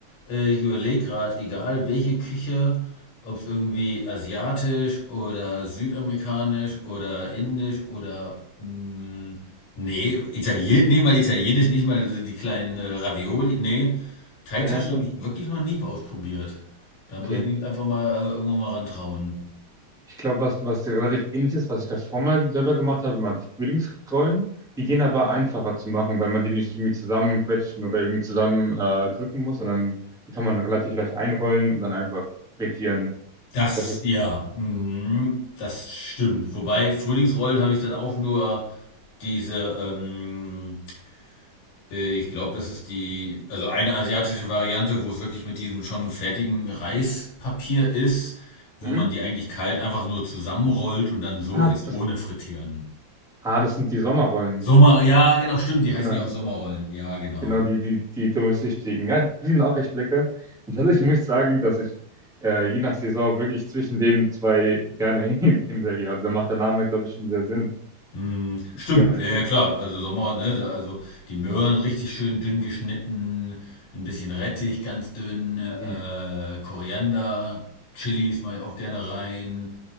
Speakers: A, on the left; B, in the centre.
A: Äh, ich überlege gerade, egal welche Küche, ob es irgendwie asiatisch oder südamerikanisch oder indisch oder mh, nee, Italien, nee, mal italienisch, nicht mal so die kleinen äh, Ravioli, nee. Teigtaschen
B: Naja, top.
A: habe ich wirklich noch nie ausprobiert. Da muss
B: Okay.
A: ich mich einfach mal äh, irgendwann mal rantrauen.
B: Ich glaube, was, was relativ ähnlich ist, was ich davor mal selber gemacht habe, waren Frühlingsrollen. Die gehen aber einfacher zu machen, weil man die nicht irgendwie zusammenquetschen oder irgendwie zusammen äh, drücken muss, sondern die kann man relativ leicht einrollen und dann einfach frittieren.
A: Das,
B: Das ist.
A: ja, mhm, das stimmt. Wobei Frühlingsrollen habe ich dann auch nur diese, ähm, äh, ich glaube, das ist die, also eine asiatische Variante, wo es wirklich mit diesem schon fertigen Reispapier ist, wo
B: Mhm.
A: man die eigentlich kalt einfach nur zusammenrollt und dann so
B: Ah,
A: isst,
B: das,
A: ohne frittieren.
B: ah, das sind die Sommerrollen.
A: Sommer, ja, genau, stimmt, die heißen
B: Genau,
A: ja auch
B: die
A: Sommerrollen, ja, genau.
B: Genau, die, die, die durchsichtigen. Ja, die sind auch echt lecker. Und tatsächlich muss ich sagen, dass ich äh, je nach Saison wirklich zwischen den zwei gerne <laughs> hin, hinwege. Also da macht der Name, glaube ich, schon sehr Sinn,
A: Mm,
B: lustigerweise.
A: Stimmt, ja, ja, klar. Also Sommer, ne? Da, also die Möhren richtig schön dünn geschnitten, ein bisschen Rettich ganz dünn, äh,
B: Mhm.
A: Koriander, Chilis mache ich auch gerne rein.